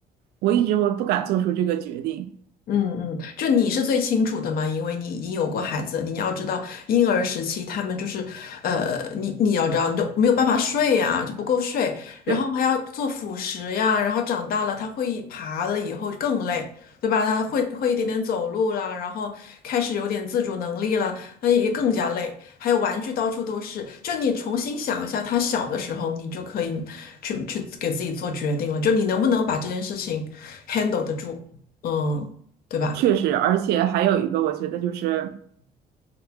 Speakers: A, on the right; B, on the left.
A: 我一直我不敢做出这个决定。
B: 嗯嗯，就你是最清楚的嘛，因为你已经有过孩子，你要知道婴儿时期他们就是，呃，你你要知道，你就没有办法睡呀、就不够睡，然后还要做辅食呀，
A: 对，
B: 然后长大了他会爬了以后更累，对吧？他会会一点点走路啦，然后开始有点自主能力了，那也更加累。还有玩具到处都是，就你重新想一下他小的时候，你就可以去去给自己做决定了，就你能不能把这件事情 handle 得住，嗯。对吧？
A: 确实，而且还有一个，我觉得就是